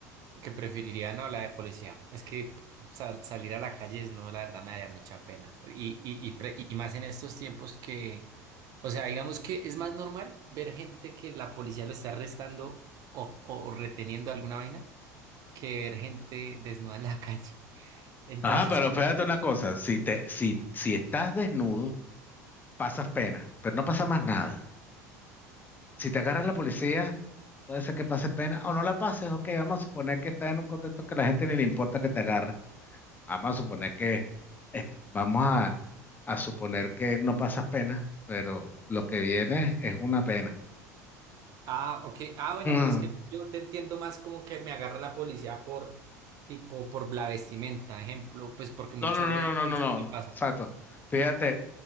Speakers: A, on the right; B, on the left.
A: que preferiría no la de policía. Es que sal- salir a la calle es no, la verdad me da mucha pena. Y, y, y, pre- y más en estos tiempos que, O sea, digamos que es más normal ver gente que la policía lo está arrestando o, o reteniendo alguna vaina que ver gente desnuda en la <laughs> calle. Entonces,
B: Ajá, pero
A: como,
B: fíjate una cosa, si te, si, si estás desnudo, pasas pena, pero no pasa más nada. Si te agarra la policía, puede ser que pases pena o no la pases, ok, vamos a suponer que estás en un contexto que a la gente ni le importa que te agarre. Vamos a suponer que, este, vamos a, a suponer que no pasas pena, pero lo que viene es una pena.
A: ah, ok, ah, bueno,
B: Mm.
A: pero es que yo te entiendo más como que me agarra la policía por, tipo, por la vestimenta, ejemplo, pues porque muchas
B: No, no, no,
A: veces
B: no, no,
A: he
B: no,
A: visto
B: no,
A: que pasa.
B: exacto. Fíjate,